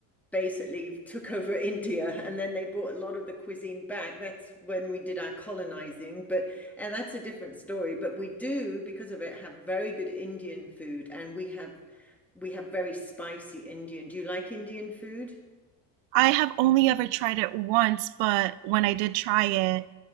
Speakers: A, in the centre; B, on the right.
A: basically took over <laughs> India and then they brought a lot of the cuisine back, that's when we did our colonizing, but and that's a different story, but we do because of it have very good Indian food and we have we have very spicy Indian. Do you like Indian food?
B: I have only ever tried it once, but when I did try it,